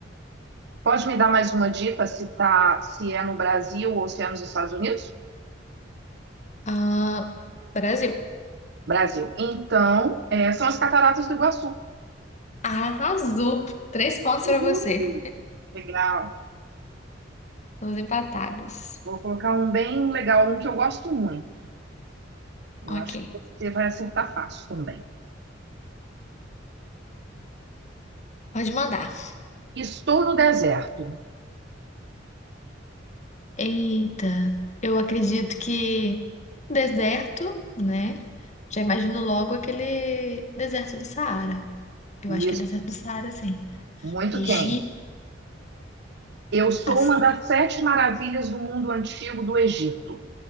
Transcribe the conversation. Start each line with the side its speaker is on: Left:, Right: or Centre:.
Right: Pode me dar mais uma dica se tá, se é no Brasil ou se é nos Estados Unidos?
Left: Ah, Brasil.
Right: Brasil. Então, é, são as cataratas do Iguaçu.
Left: Arrasou! Três pontos
Right: Uhum.
Left: pra você.
Right: Legal.
Left: Estamos empatadas.
Right: Vou colocar um bem legal, um que eu gosto muito. Eu
Left: Ok.
Right: acho que você vai acertar fácil também.
Left: Pode mandar.
Right: Estou no deserto.
Left: Eita, eu acredito que deserto, né? Já imagino logo aquele deserto do Saara. Eu acho que
Right: Isso.
Left: é deserto do Saara, sim.
Right: Muito
Left: Egito,
Right: quente. Eu sou
Left: as
Right: uma das sete maravilhas do mundo antigo do Egito.